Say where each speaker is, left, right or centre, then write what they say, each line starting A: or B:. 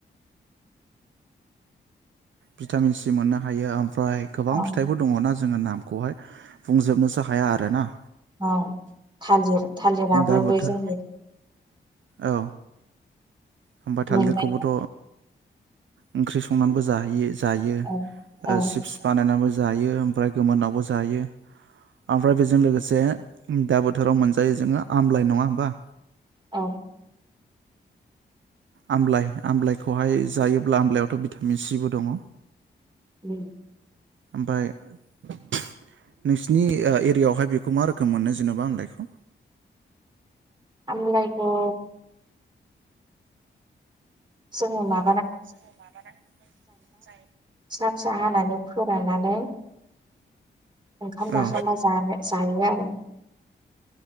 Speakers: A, on the right; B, on the right.
A: भिटामिन सि मोननो हायो फ्राय गोबां
B: औ
A: फिथाइफोर दङ ना जोङो नामखौहाय बुंजोबनोसो हाया आरो ना
B: औ थालिर-थालिराबो
A: दा बोथोर
B: बे जोंनि
A: औ होमबा थालिरखौबोथ'
B: मोनबाय
A: ओंख्रि संनानैबो जाहैयो जायो ओ
B: औ औ
A: सिप्स बानायनानै जायो ओमफ्राय गोमोनावबो जायो। ओमफ्राय बेजों लोगो जे दा बोथोराव मोनजायो जोङो आमलाइ। नङा होमबा?
B: औ
A: आमलाइ आमलाइखौहाय जायोब्ला आमलइायावथ' भिटामिन सिबो दङ।
B: उम
A: ओफ्राय नोंसिनि ओ एरियायावहाय बेखौ मा रोखोम मोनो जेन'बा आमलाइखौ?
B: आमलाइखौ जोङो ना
A: <inaudible>
B: फिसा फिसा हानानै फोराननानै ओंखाम जाखांबा
A: औ
B: जा-जायो आरो